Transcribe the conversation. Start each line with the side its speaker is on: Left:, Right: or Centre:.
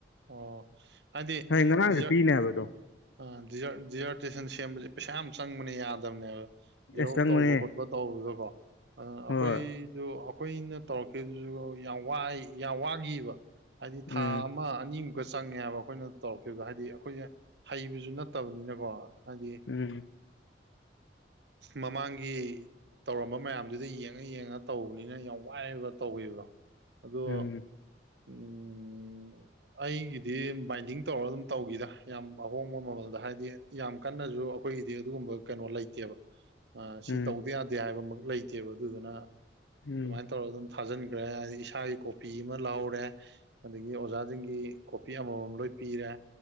Right: ꯑꯣ ꯍꯥꯏꯗꯤ
Left: ꯍꯣꯏ ꯉꯔꯥꯡꯁꯨ
Right: ꯖꯔ
Left: ꯄꯤꯅꯦ ꯍꯥꯏꯕꯗꯣ
Right: ꯑ ꯗꯤꯖꯥꯔꯇꯦꯁꯟ ꯁꯦꯝꯕꯁꯦ ꯄꯩꯁꯥ ꯌꯥꯝ ꯆꯪꯕꯅꯦ ꯌꯥꯗꯕꯅꯦꯕ ꯖꯦꯔꯣꯛꯁ
Left: ꯑꯦꯁ ꯆꯪꯕꯅꯦ
Right: ꯇꯧꯕ ꯈꯣꯠꯄ ꯇꯧꯕꯗꯨꯗꯀꯣ ꯑꯗꯨ ꯑꯩꯈꯣꯏ
Left: ꯍꯣꯏ
Right: ꯑꯗꯨ ꯑꯩꯈꯣꯏꯅ ꯇꯧꯔꯛꯈꯤꯕꯗꯨꯁꯨ ꯌꯥꯝ ꯋꯥꯏ ꯌꯥꯝ ꯋꯥꯈꯤꯕ ꯍꯥꯏꯗꯤ
Left: ꯎꯝ
Right: ꯊꯥ ꯑꯃ ꯑꯅꯤꯃꯨꯛꯀ ꯆꯪꯉꯦꯕ ꯑꯩꯈꯣꯏꯅ ꯇꯧꯔꯛꯈꯤꯕꯗꯣ ꯍꯥꯏꯗꯤ ꯑꯩꯈꯣꯏꯁꯦ ꯍꯩꯕꯁꯨ ꯅꯠꯇꯕꯅꯤꯅꯀꯣ ꯍꯥꯏꯗꯤ
Left: ꯎꯝ
Right: ꯃꯃꯥꯡꯒꯤ ꯇꯧꯔꯝꯕ ꯃꯌꯥꯝꯗꯨꯗ ꯌꯦꯡꯉ ꯌꯦꯡꯉ ꯇꯧꯕꯅꯤꯅ ꯌꯥꯝ ꯋꯥꯏꯕ ꯇꯧꯈꯤꯕꯗꯣ ꯑꯣ
Left: ꯎꯝ
Right: ꯎꯝ
Left: <unintelligible>
Right: ꯑꯩꯒꯤꯗꯤ ꯕꯥꯏꯟꯗꯤꯡ ꯇꯧꯔ ꯑꯗꯨꯝ ꯇꯧꯈꯤꯗ ꯌꯥꯝ ꯑꯍꯣꯡꯕ ꯃꯃꯜꯗ ꯍꯥꯏꯗꯤ ꯌꯥꯝ ꯀꯟꯅꯁꯨ ꯑꯩꯈꯣꯏꯒꯤꯗꯤ ꯑꯗꯨꯒꯨꯝꯕ ꯀꯩꯅꯣ ꯂꯩꯇꯦꯕ
Left: ꯎꯝ
Right: ꯁꯤ ꯇꯧꯗ ꯌꯥꯗꯦ ꯍꯥꯏꯕꯃꯛ ꯂꯩꯇꯦꯕ ꯑꯗꯨꯗꯨꯅ
Left: ꯎꯝ
Right: ꯑꯗꯨꯃꯥꯏꯅ ꯇꯧꯔꯒ ꯑꯗꯨꯝ ꯊꯥꯖꯤꯟꯈ꯭ꯔꯦ ꯍꯥꯏꯗꯤ ꯏꯁꯥꯒꯤ ꯀꯣꯄꯤ ꯑꯃ ꯂꯥꯎꯔꯦ ꯑꯗꯒꯤ ꯑꯣꯖꯥꯁꯤꯡꯒꯤ ꯀꯣꯄꯤ ꯑꯃꯃꯝ ꯂꯣꯏ ꯄꯤꯔꯦ